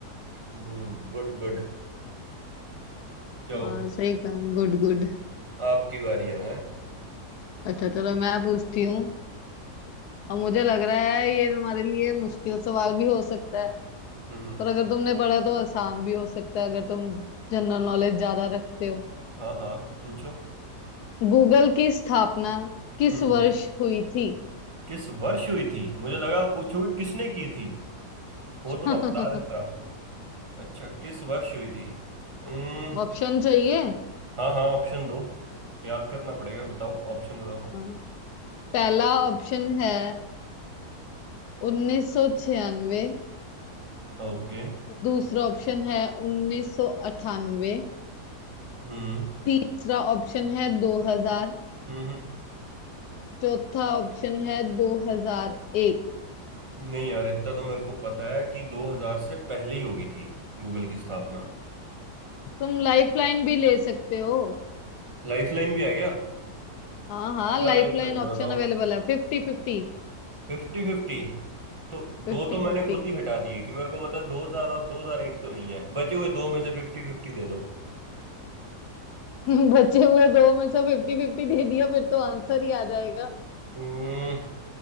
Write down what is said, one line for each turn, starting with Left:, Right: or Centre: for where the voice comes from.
Right: हम्म Good good चलो
Left: वाह सही कहा गुड गुड
Right: आपकी बारी अब है
Left: अच्छा चलो मैं पूछती हूँ अब मुझे लग रहा है ये तुम्हारे लिए मुश्किल सवाल भी हो सकता है
Right: हम्म
Left: पर अगर तुमने पढ़ा तो आसान भी हो सकता है अगर तुम जनरल नॉलेज ज्यादा रखते हो
Right: हाँ हाँ पूछो
Left: गूगल की स्थापना किस
Right: हम्म
Left: वर्ष हुई थी
Right: किस वर्ष हुई थी मुझे लगा आप पूछोगे किसने की थी वो
Left: <laughs>
Right: तो मैं बता देता अच्छा किस वर्ष हुई थी हम्म
Left: ऑप्शन चाहिए
Right: हाँ हाँ ऑप्शन दो याद करना पड़ेगा बताओ ऑप्शन बताओ
Left: हाँ। पहला ऑप्शन है 1996
Right: ओके
Left: दूसरा ऑप्शन है 1998
Right: हम्म
Left: तीसरा ऑप्शन है 2000
Right: हम्म
Left: चौथा ऑप्शन है 2001
Right: नहीं यार इतना तो मेरे को पता है कि 2000 से पहले ही होगी थी गूगल की स्थापना
Left: तुम लाइफलाइन भी ले सकते हो
Right: लाइफलाइन भी है क्या
Left: हाँ हाँ
Right: क्या
Left: लाइफलाइन
Right: लाइफलाइन
Left: ऑप्शन
Right: है बताओ
Left: अवेलेबल है फिफ्टी फिफ्टी
Right: Fifty fifty तो
Left: Fifty
Right: दो तो मैंने
Left: fifty
Right: खुद ही हटा दिए कि मेरे को पता 2000 और 2001 तो नहीं है बचे हुए दो में से फिफ्टी फिफ्टी दे दो
Left: <laughs> बचे हुए दो में से फिफ्टी फिफ्टी दे दिया फिर तो आंसर ही आ जाएगा
Right: हम्म,